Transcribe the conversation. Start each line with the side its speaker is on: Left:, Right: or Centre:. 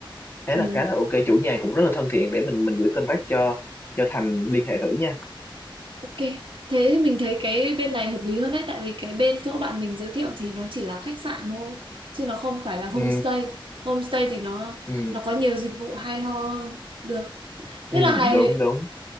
Left: thế
Right: Ừ,
Left: là khá là ok chủ nhà cũng rất là thân thiện để mình mình gửi contact cho cho Thành liên hệ thử nha
Right: ok. Thế mình thấy cái bên này hợp lý hơn đấy, tại vì cái bên chỗ bạn mình giới thiệu thì nó chỉ là khách sạn thôi, chứ nó không phải là homestay.
Left: ừ
Right: Homestay thì nó
Left: ừ
Right: nó có nhiều dịch vụ hay ho hơn. Được.
Left: ừ
Right: Thế là ngày
Left: đúng đúng